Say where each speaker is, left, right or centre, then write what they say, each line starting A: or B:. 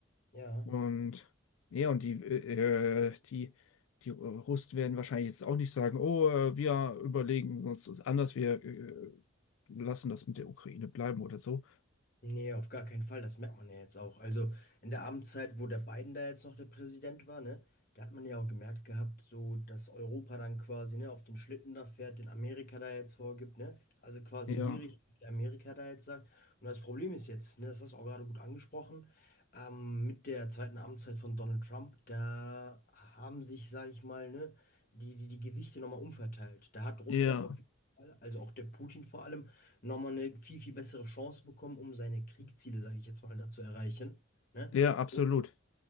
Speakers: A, on the left; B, on the left.
A: Ja.
B: Und ja, und die, äh, äh, die, die Russen werden wahrscheinlich jetzt auch nicht sagen, oh, äh, wir überlegen uns das anders, wir äh, lassen das mit der Ukraine bleiben oder so.
A: Nee, auf gar keinen Fall. Das merkt man ja jetzt auch. Also in der Amtszeit, wo der Biden da jetzt noch der Präsident war, ne, da hat man ja auch gemerkt gehabt, so dass Europa dann quasi, ne, auf den Schlitten da fährt, den Amerika da jetzt vorgibt, ne? Also quasi
B: Ja,
A: in die Richtung, die Amerika da jetzt sagt. Und das Problem ist jetzt, ne, das hast du auch gerade gut angesprochen, ähm, mit der zweiten Amtszeit von Donald Trump, da haben sich, sage ich mal, ne, die, die, die Gewichte nochmal umverteilt. Da hat Russland
B: ja,
A: auf jeden Fall, also auch der Putin vor allem, nochmal eine viel, viel bessere Chance bekommen, um seine Kriegsziele, sage ich jetzt mal, da zu erreichen. Ne?
B: ja, absolut.
A: Und